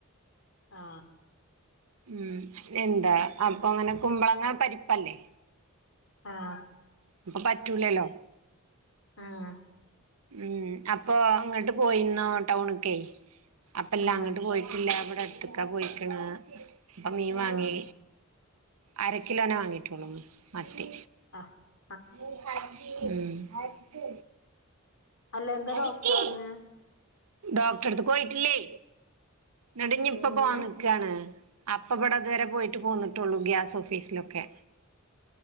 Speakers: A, on the left; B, on the right.
A: ആ
B: ഉം എന്താ അപ്പൊ അങ്ങനെ കുമ്പളങ്ങ പരിപ്പല്ലേ
A: ആഹ
B: അപ്പൊ പറ്റൂലല്ലോ
A: ആഹ
B: ഉം അപ്പൊ അങ്ങോട്ട് പോയിന്നോ ടൗണ്ക്കെ അപ്പ എല്ലാ
A: ആഹ്
B: അങ്ങട്ട് പോയില്ല ഇല്ല വിടെ അട്ത്ത്ക്കാ പോയിക്ക്ണ് അപ്പോ മീൻ വാങ്ങി
A: ആഹ്
B: അരക്കിലോന വാങ്ങിട്ടോളൂ മത്തി
A: ആഹ
B: ഉം അടിക്ക്
A: അല്ല എന്താ
B: അടിക്ക്
A: ഡോക്ടർ പറഞ്ഞെ
B: ഡോക്ടറെട്ത്ത്കൊയിട്ടില്ലേ ന്നട്ടിഞ്ഞിപ്പോ
A: പിന്നെ
B: പോവാൻ നിക്കാണ് അപ്പബടെ അതുവരെ പോയിട്ട് പോന്നിട്ടുള്ളൂ ഗ്യാസ് ഓഫീസിലൊക്കെ